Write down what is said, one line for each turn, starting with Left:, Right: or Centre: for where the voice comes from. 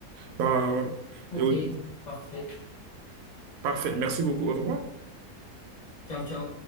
Right: Bah,
Left: Ok,
Right: et oui,
Left: parfait.
Right: parfait, merci beaucoup, au revoir.
Left: Ciao, ciao.